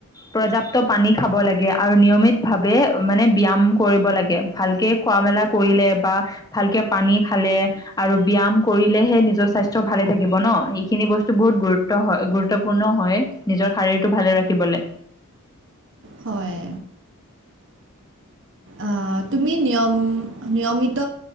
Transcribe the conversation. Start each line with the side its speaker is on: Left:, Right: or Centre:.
Left: পৰ্যাপ্ত পানী খাব লাগে আৰু নিয়মিত ভাৱে মানে ব্যাম কৰিব। লাগে ভালকে খোৱা মেলা কৰিলে বা ভালকে পানী খালে, আৰু ব্যায়াম কৰিলেহে নিজৰ স্বাস্থ্য ভালে থাকিব ন। এইখিনি বস্তু বহুত গুৰুত্ব হয় গুৰুত্বপূৰ্ণ। হয় নিজৰ শাৰীৰটো ভালে ৰাখিবলে।
Right: হয়। আহ, তুমি নিয়ম নিয়মিত